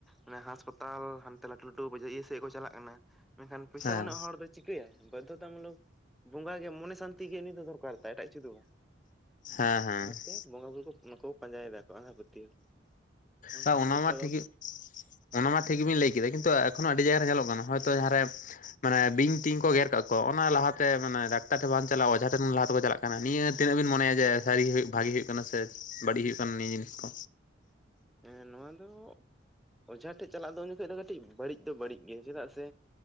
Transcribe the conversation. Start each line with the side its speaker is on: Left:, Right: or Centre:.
Centre: ᱚᱱᱮ ᱦᱟᱸᱥᱯᱟᱛᱟᱞ ᱦᱟᱱᱛᱮ ᱞᱟᱹᱴᱩ ᱞᱟᱹᱴᱩ ᱤᱭᱟᱹ ᱥᱮᱫ ᱠᱚ ᱪᱟᱞᱟᱜ ᱠᱟᱱᱟ᱾ ᱢᱮᱱᱠᱷᱟᱱ ᱯᱚᱭᱥᱟ
Left: ᱦᱮᱸ
Centre: ᱵᱟᱹᱱᱩᱜ ᱦᱚᱲ ᱫᱚ ᱪᱤᱠᱟᱹᱭᱟ, ᱵᱫᱽᱫᱷᱚᱛᱟ ᱢᱩᱞᱚᱠ ᱵᱚᱸᱜᱟ ᱜᱮ ᱢᱚᱱᱮ ᱥᱟᱱᱛᱤ ᱜᱮ ᱩᱱᱤ ᱫᱚ ᱫᱚᱨᱠᱟᱨ ᱛᱟᱭᱟ ᱾ᱮᱴᱟᱜ ᱠᱤᱪᱷᱩ ᱫᱚ ᱵᱟᱝ᱾
Left: ᱦᱮᱸ ᱦᱮᱸ
Centre: ᱚᱱᱟᱛᱮ ᱵᱚᱸᱜᱟ ᱵᱩᱨᱩ ᱠᱚ, ᱱᱩᱠᱩ ᱯᱟᱸᱡᱟᱭ ᱫᱟᱠᱚ ᱟᱸᱫᱷᱟ ᱯᱟᱹᱛᱭᱟᱹᱣ᱾ ᱵᱟᱝᱠᱷᱟᱱ
Left: ᱛᱟ ᱚᱱᱟ
Centre: ᱱᱤᱛᱚᱜ
Left: ᱢᱟ ᱴᱷᱤᱠᱤ ᱚᱱᱟ ᱢᱟ ᱴᱷᱤᱠ ᱜᱮᱵᱤᱱ ᱞᱟᱹᱭ ᱠᱮᱫᱟ᱾ ᱠᱤᱱᱛᱩ ᱮᱠᱷᱚᱱᱳ ᱟᱹᱰᱤ ᱡᱟᱭᱜᱟ ᱨᱮ ᱧᱮᱞᱚᱜ ᱠᱟᱱᱟ, ᱦᱳᱭᱛᱳ ᱡᱟᱦᱟ ᱨᱮ ᱢᱟᱱᱮ ᱵᱤᱧ ᱛᱤᱧ ᱠᱚ ᱜᱮᱨ ᱠᱟᱜ ᱠᱚᱣᱟ, ᱚᱱᱟ ᱞᱟᱦᱟ ᱛᱮ ᱢᱟᱱᱮ ᱰᱟᱠᱛᱟᱨ ᱴᱷᱮᱱ ᱵᱟᱝ ᱪᱟᱞᱟᱜ ᱚᱡᱷᱟ ᱴᱷᱮᱱ ᱞᱟᱦᱟ ᱛᱮᱠᱚ ᱪᱟᱞᱟᱜ ᱠᱟᱱᱟ᱾ ᱠᱟᱱᱟ ᱱᱤᱭᱟᱹ ᱛᱤᱱᱟᱹᱜ ᱵᱤᱱ ᱢᱚᱱᱮᱭᱟ ᱡᱮ, ᱥᱟᱹᱨᱤ ᱵᱷᱟᱜᱤ ᱦᱩᱭᱩᱜ ᱠᱟᱱᱟ ᱥᱮ ᱵᱟᱹᱲᱤᱡ ᱦᱩᱭᱩᱜ ᱠᱟᱱᱟ ᱱᱤᱭᱟᱹ ᱡᱤᱱᱤᱥ ᱠᱚ᱾
Centre: ᱦᱮᱸ ᱱᱚᱣᱟ ᱫᱚ ᱚᱡᱷᱟ ᱴᱷᱮᱡ ᱪᱟᱞᱟᱜ ᱫᱚ ᱩᱱ ᱡᱚᱠᱷᱚᱱ ᱫᱚ ᱠᱟᱹᱴᱤᱡ ᱵᱟᱹᱲᱤᱡ ᱫᱚ ᱵᱟᱹᱲᱤᱡ ᱜᱮ᱾ ᱪᱮᱫᱟᱜ ᱥᱮ